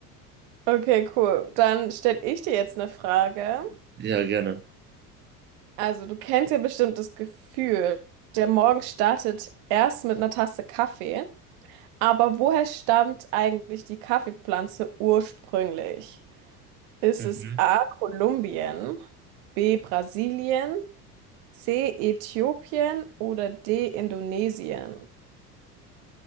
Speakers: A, on the right; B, on the right.
A: Okay, cool. Dann stelle ich dir jetzt eine Frage.
B: Ja, gerne.
A: Also, du kennst ja bestimmt das Gefühl, der Morgen startet erst mit einer Tasse Kaffee. Aber woher stammt eigentlich die Kaffeepflanze ursprünglich? Ist
B: Mhm.
A: es A. Kolumbien, B. Brasilien, C. Äthiopien oder D. Indonesien?